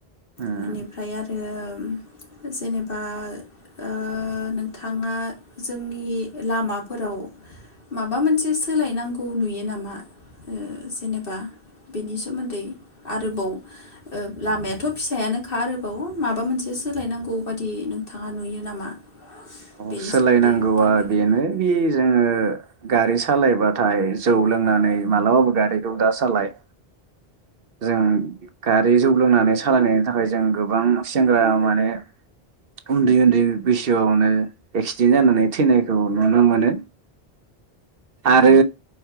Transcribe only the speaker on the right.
उम
<inaudible>
औ
सोलायनांगौवा
बेनो बि जोङो गारि सालायबाथाय जौ लोंनानै मालाबाबो गारिखौ दा सालाय। जों गारि जौ लोंनानै सालायनायनि थाखाय जों गोबां सेंग्रा माने उन्दै उन्दै बैसोआवनो एक्सिडेन्ट जानानै थैनायखौ नुनो मोनो आरो